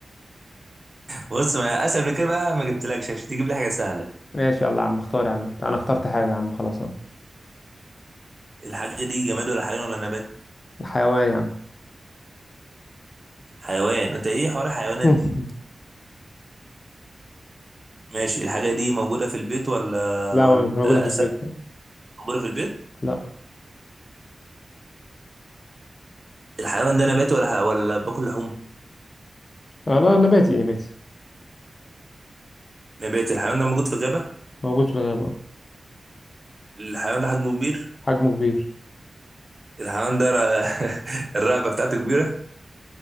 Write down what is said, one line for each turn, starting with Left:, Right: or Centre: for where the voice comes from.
Right: بص ما اسهل من كده بقى ما جبتلكش عشان تجيب لي حاجة سهلة
Left: ماشي يلا يا عم اختار يا عم انا اخترت حاجة يا عم خلاص اهو
Right: الحاجة دي جماد ولا حيوان ولا نبات
Left: الحيوان يا عم
Right: حيوان انت ايه حوار الحيوانات
Left: <laughs>
Right: دي ماشي الحاجة دي موجودة في البيت ولا
Left: لا
Right: ولا
Left: ما مش موجودة
Right: لا
Left: في
Right: أسد
Left: البيت
Right: موجودة في البيت
Left: لا
Right: الحيوان ده نبات ولا ولا باكل لحوم
Left: لا نباتي نباتي
Right: نبات الحيوان ده موجود في غابة
Left: موجود في الغابة أهو.
Right: الحيوان ده حجمه كبير
Left: حجمه كبير
Right: الحيوان ده ر- <laughs> الرقبه بتاعته كبيره